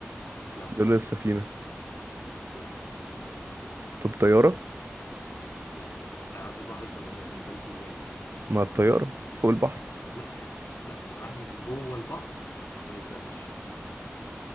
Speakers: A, on the left; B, on the right.
A: لا
B: ظل السفينة
A: لا
B: طب طيارة
A: لا هيعدي البحر زي ما يب- ما يتبلش ازاي
B: ما الطيارة فوق البحر
A: لا هي... لا هيعدي من جوه البحر وما يتبلش